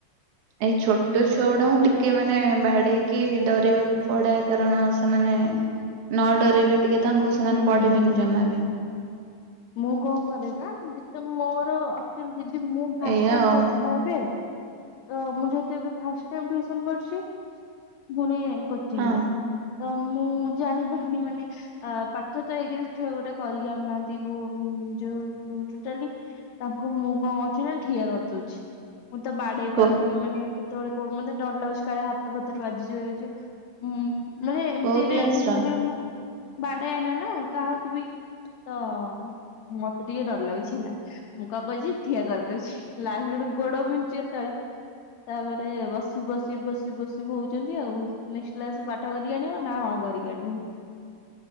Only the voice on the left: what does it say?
ହୁଁ
ହୁଁ।
ମୁଁ କଅଁ କରେ ନା ମୋର ଆକ୍ଚୁଆଲି ଦିଦି ମୁଁ ଫାଷ୍ଟ
ଟାଇମ
ପଢୁଛିନା ଏବେ ତ ମୁଁ ଯେହେତୁ ଏବେ ଫାଷ୍ଟ ଟାଇମ ଟିଉସନ କରୁଚି ପୁଣି କୋଚିଂ
ରେ ତ ମୁଁ ଜାଣିପାରୁନି ମାନେ ଅ ପାଠ ତ ଏକେରେ ଛୁଆ ଗୁଡା କରିକି ଆଣୁନାହାନ୍ତି। ଯୋଉ ଟୋଟାଲି ତାଙ୍କୁ ମୁଁ କଣ କରୁଛି ନା ଠିଆ କରିଦଉଛି। ମୁଁ ତ ବାଡେଇ ପାରୁନି
ମାନେ କେତେବେଳେ ବୋଉ ମତେ ଡର ଲାଗୁଛି କାଳେ ହାତ ଫତରେ ବାଜିଯିବ ଉଁ ମାନେ ଏମିତିରେ
ମାନେ ମୁଁ ବାଡେଆନା ନା କାହାକୁ ବି ତ ମତେ ଟିକେ ଡର ଲାଗୁଛି ହେଲା ମୁଁ କଅଁ କହୁଛି ଠିଆ କରିଦଉଛି ଲାଷ୍ଟକୁ ହେଟୁ ଗୋଡ ବିନ୍ଧୁଚି ତାଳେ ତାପରେ ବସି ବସି ବସି ବସି ହଉଛନ୍ତି ଆଉ। ନେକ୍ସଟ୍ଲାସୁ ପାଠ କରିକି ଆଣିବ ନା ହଁ କରିକି ଆଣିବୁ।